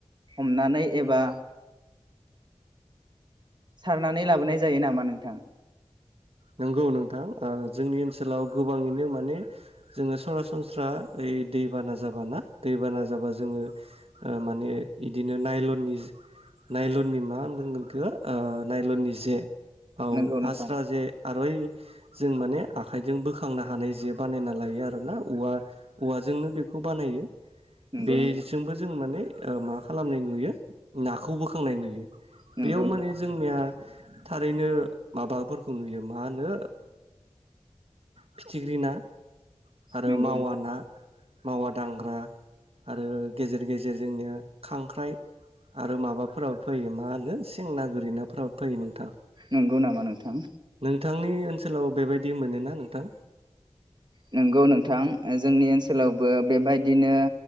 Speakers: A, on the right; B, on the right.
A: हमनानै एबा सारनानै लाबोनाय जायो नामा नोंथां
B: नंगौ नोंथां जोंनि ओनसोलाव गोबाङैनो माने जोङो सरासनस्रा ओइ दैबाना जाबाना दैबाना जाबा जोङो माने इदिनो नायलननि नायलननि मा होनना बुंगोन नायल'ननि जे औ
A: नंगौ नोंथां
B: आस्रा जे आरो ओइ जों माने आखाइजों बोखांनो हानाय जे बानायना लायो आरोना औवा औवाजोंनो बेखौ खौ बानायो
A: नंगौ
B: बेजोंबो
A: नोंथां
B: जों माने मा खालामनाय नुयो नाखौ बोखांनाय नुयो
A: नंगौ
B: बेयाव
A: नोंथां
B: माने जोंनिया थारैनो माबाफोरखौ नुयो मा होनो फिथिख्रि ना आरो
A: नंगौ
B: मावा
A: नोंथां
B: ना मावा दांग्रा आरो गेजेर गेजेर जोंनिया खांख्राइ आरो माबाफोराव फैयो मा होनो सेंना गोरिनाफोराबो फैयो नोंथां
A: नंगौ नामा नोंथां
B: नोंथांनि ओनसोलाव बेबायदि मोनोना नोंथां
A: नंगौ नोंथां जोंनि ओनसोलावबो बेबायदिनो